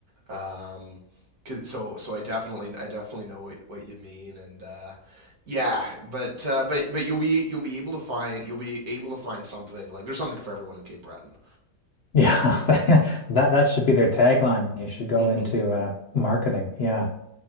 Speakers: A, on the right; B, on the left.
A: Um, Cause, so so I definitely I definitely know what, what you mean and uh, yeah but uh, but but you'll be you'll be able to find you'll be able to find something like there's something for everyone in Cape Breton.
B: Yeah, <laughs> that that should be their tagline. You should go
A: Mm-hmm.
B: into uh, marketing. Yeah.